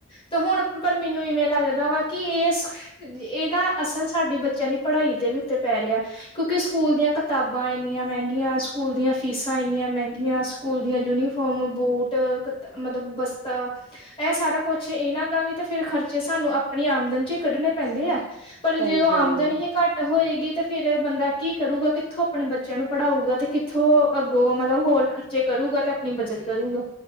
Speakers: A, on the left (about 25°); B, on the right (about 70°).
A: ਤੇ ਹੁਣ ਪਰ ਮੈਨੂੰ ਇਵੇਂ ਲੱਗਦਾ ਵਾ ਕਿ ਏਸ, ਏ ਨਾ ਅਸਲ ਸਾਡੀ ਬੱਚਿਆਂ ਦੀ ਪੜਾਈ ਦੇ ਵੀ ਉਤੇ ਪੈ ਰਿਆ। ਕਿਉਂਕਿ ਸੂਕੂਲ ਦੀਆਂ ਕਤਾਬਾਂ ਏਨੀਆਂ ਮਹਿੰਗੀਆਂ, ਸੂਕੂਲ ਦੀਆਂ ਫੀਸਾਂ ਏਨੀਆਂ ਮਹਿੰਗੀਆਂ ਸਕੂਲ ਦੀਆਂ ਯੂਨੀਫੋਮ, ਬੂਟ ਕ ਮਤਲਬ ਬਸਤਾ। ਏਹ ਸਾਰਾ ਕੁੱਛ ਇਹਨਾਂ ਦਾ ਵੀ ਤਾਂ ਫਿਰ ਖਰਚੇ ਸਾਨੂੰ ਆਪਣੀ ਆਮਦਨ ਚੋ ਈ ਕੱਡਨੇ ਪੈਂਦੇ ਐ ਪਰ
B: ਸਹੀ
A: ਜਦੋਂ
B: ਗੱਲ
A: ਆਮਦਨ
B: ਏ
A: ਹੀ ਘੱਟ ਹੋਏਗੀ ਤੇ ਫੇਰ ਬੰਦਾ ਕੀ ਕਰੂਗਾ, ਕਿੱਥੋਂ ਅਪਣੇ ਬੱਚੇ ਆ ਨੂੰ ਪੜਾਂਊਗਾ, ਤੇ ਕਿੱਥੋਂ ਅੱਗੋਂ ਮਤਲਬ ਹੋਰ ਖ ਰਚੇ ਕਰੂਗਾ ਤਾਂ ਆਪਣੀ ਬਚਤ ਕਰੂਗਾ।